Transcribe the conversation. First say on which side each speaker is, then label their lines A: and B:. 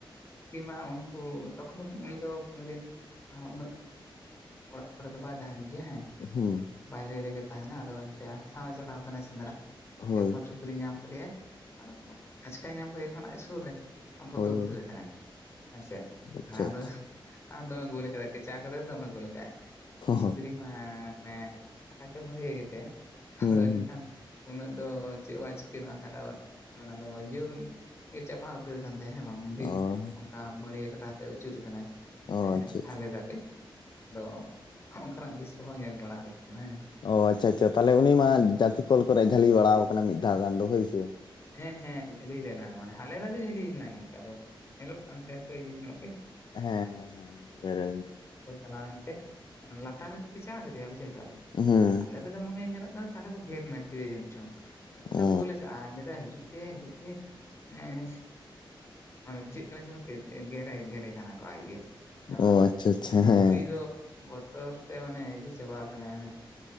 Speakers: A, on the left; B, on the left.
A: ᱥᱩᱠᱨᱤ ᱢᱟ ᱩᱱᱠᱩ ᱛᱚᱠᱷᱚᱱ ᱫᱚ ᱩᱱᱤ ᱫᱚ ᱠᱳᱱᱳ ᱫᱤᱱ ᱦᱚᱸ ᱩᱱᱟᱹᱜ ᱚᱲᱟᱜ ᱠᱚᱨᱮ ᱫᱚ ᱵᱟᱭ ᱛᱟᱦᱮᱱᱟ ᱡᱮ ᱦᱮᱸ
B: ᱦᱩᱸ
A: ᱵᱟᱭᱨᱮ ᱨᱮᱜᱮ ᱛᱟᱦᱮᱱᱟ ᱟᱫᱚ ᱮᱱᱛᱮ ᱟᱞᱮ ᱥᱟᱶ ᱮ ᱪᱟᱞᱟᱣ ᱠᱟᱱᱟ ᱥᱮᱸᱫᱽᱨᱟ
B: ᱦᱳᱭ
A: ᱡᱚᱠᱷᱚᱱ ᱥᱩᱠᱨᱤ ᱧᱟᱢ ᱠᱟᱫᱮᱭᱟᱭ ᱟᱫᱚ ᱟᱪᱠᱟᱭ ᱧᱟᱢ ᱠᱮᱫᱮ ᱠᱷᱟᱱ ᱟᱡ ᱥᱩᱨ ᱨᱮ ᱟ ᱵᱚᱛᱚᱨ
B: ᱦᱳᱭ
A: ᱩᱛᱟᱹᱨ
B: ᱦᱳᱭ
A: ᱠᱟᱱᱟᱭ ᱦᱮᱸᱥᱮ
B: ᱟᱪᱪᱷᱟ
A: ᱟᱫᱚ
B: ᱟᱪᱪᱷᱟ
A: ᱟᱫ ᱢᱮ ᱟᱨ ᱫᱚᱢᱮ ᱜᱩᱞ ᱠᱮᱫᱟᱭ ᱠᱷᱮᱪᱟᱨ ᱟᱫᱚ ᱫᱚᱢᱮ ᱜᱩᱞ ᱟᱠᱟᱜ ᱟᱭ ᱩᱱᱤ
B: ᱦᱚᱸ
A: ᱥᱩᱠᱨᱤ ᱢᱟ <inaudible> ᱠᱟᱴᱟᱠᱮ ᱵᱩᱸᱜᱭᱟᱹ ᱜᱮᱛᱟᱭᱟ᱾ ᱟᱫᱚ
B: ᱦᱩᱸ
A: ᱮᱱᱠᱷᱟᱱ
B: ᱦᱩᱸ
A: ᱩᱱᱟᱹᱜ ᱫᱚ ᱪᱮᱫ ᱦᱚᱵᱟᱭ ᱪᱤᱠᱟᱹᱱᱟᱜ-ᱟ ᱠᱟᱴᱟᱜ ᱠᱚ ᱟᱨᱩᱵ ᱚᱱᱟ ᱫᱚ ᱡᱳᱨ ᱜᱮ ᱪᱟᱵᱟ ᱩᱛᱟᱹᱨ ᱟᱠᱟᱱ ᱛᱟᱭᱟ ᱦᱮᱸ ᱵᱟᱝ ᱩᱱᱫᱤᱱ
B: ᱚ
A: ᱚᱱᱠᱟ ᱵᱟᱹᱲᱭᱟᱹ ᱠᱟᱴᱟ ᱠᱟᱛᱮᱜ ᱟᱹᱪᱩᱨᱮ ᱠᱟᱱᱟᱭ
B: ᱚ
A: ᱦᱮᱸ
B: ᱟᱪᱪᱷᱟ ᱟᱪᱪᱷᱟ
A: ᱦᱟᱞᱮ ᱵᱷᱟᱵᱮ ᱟᱫᱚ ᱚᱱᱠᱟᱱᱟᱜ ᱫᱨᱤᱥᱥᱚ ᱦᱚᱸ ᱧᱮᱞ ᱵᱟᱲᱟ ᱦᱩᱭᱩᱜ <inaudible> ᱦᱮᱸ᱾
B: ᱚ ᱟᱪᱪᱷᱟ ᱟᱪᱪᱷᱟ ᱛᱟᱦᱞᱮ ᱩᱱᱤ ᱢᱟ ᱡᱟᱛᱤ ᱠᱚᱞ ᱠᱚᱨᱮᱜ ᱮ ᱡᱷᱟᱹᱞᱤ ᱵᱟᱲᱟᱣ ᱠᱟᱱᱟ ᱢᱤᱫ ᱫᱷᱟᱣ ᱜᱟᱱ ᱫᱚ ᱦᱳᱭᱥᱮ
A: ᱦᱮᱸ ᱦᱮᱸ ᱡᱷᱟᱹᱞᱤ ᱞᱮᱱᱟᱭ ᱢᱟᱱᱮ ᱦᱟᱞᱮᱫᱟ ᱜᱮ ᱡᱷᱟᱹᱞᱤ ᱞᱮᱱᱟᱭ ᱜᱚᱝᱠᱮ ᱟᱫᱚ ᱧᱮᱞᱚᱜ ᱠᱟᱱ ᱛᱟᱭᱟ ᱛᱚ ᱤᱭᱟᱹ ᱧᱚᱜ ᱜᱮ᱾
B: ᱦᱮᱸ ᱦᱮᱸ ᱦᱮᱸ ᱵᱮᱨᱮᱞ
A: ᱪᱟᱞᱟᱣᱮᱱᱛᱮ ᱞᱟᱛᱟᱨ ᱨᱮᱛᱚ ᱠᱮᱪᱟ ᱠᱮᱫᱫᱮᱭᱟ ᱵᱩᱡᱷᱟᱹᱣ ᱠᱟᱜ
B: ᱦᱮᱸ
A: ᱟᱞᱮ ᱫᱚᱞᱮ ᱢᱚᱱᱮ ᱡᱚᱱᱚᱜ ᱠᱟᱱᱟ᱾ ᱛᱟᱦᱚᱞᱮ ᱠᱚ ᱜᱮᱮᱨᱢᱮᱨ ᱠᱮᱫᱮᱭᱟ ᱡᱟᱹᱱᱤᱡ ᱪᱚᱝ ᱮᱛᱚ
B: ᱚ
A: ᱜᱩᱞ ᱟᱠᱟᱟᱜ ᱟᱭ ᱦᱤᱡᱩᱜ ᱯᱮ ᱦᱤᱡᱩᱜ ᱯᱮ ᱢᱟᱱᱮ ᱢᱟᱱᱮ ᱵᱩᱡᱷᱟᱹᱜ ᱠᱟᱱᱟ ᱡᱮᱱᱚ ᱜᱮᱨᱮ ᱜᱮᱨᱮ ᱠᱟᱱᱟ ᱠᱚ ᱟᱡᱜᱮ ᱦᱮᱸ ᱵᱟᱝ
B: ᱚ ᱟᱪᱪᱷᱟ
A: ᱟᱨ
B: ᱟᱪᱪᱷᱟ
A: ᱩᱱᱤ ᱥᱩᱠᱨᱤ
B: ᱦᱮᱸ
A: ᱫᱚ ᱛᱚᱨ ᱛᱮ ᱢᱟᱱᱮ ᱤᱭᱟᱹ ᱪᱟᱵᱟ ᱟᱠᱟᱱᱟᱭ ᱚᱱᱮ